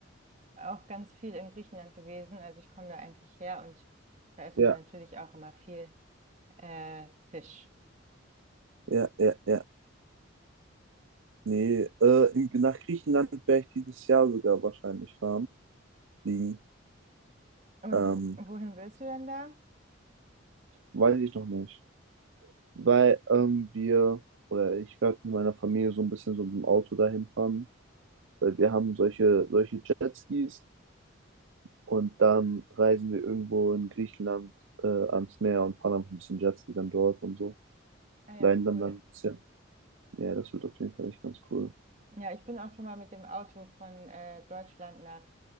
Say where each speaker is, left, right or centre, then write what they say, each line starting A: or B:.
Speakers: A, on the right; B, on the right.
A: auch ganz viel in Griechenland gewesen. Also ich komme da eigentlich her und da essen
B: Ja,
A: wir natürlich auch immer viel äh, Fisch.
B: ja, ja, ja. Nee, äh, in, nach Griechenland werde ich dieses Jahr sogar wahrscheinlich fahren, fliegen.
A: Und
B: Ähm,
A: w- wohin willst du denn da?
B: weiß ich noch nicht. Weil ähm, wir, oder ich werde mit meiner Familie so ein bisschen so mit dem Auto dahin fahren, weil wir haben solche, solche Jetskis. Und dann reisen wir irgendwo in Griechenland äh, ans Meer und fahren einfach ein bisschen Jetski dann dort und so.
A: Ah ja,
B: Leiden
A: cool.
B: dann dann ein bisschen. Ja, das wird auf jeden Fall echt ganz cool.
A: Ja, ich bin auch schon mal mit dem Auto von äh, Deutschland nach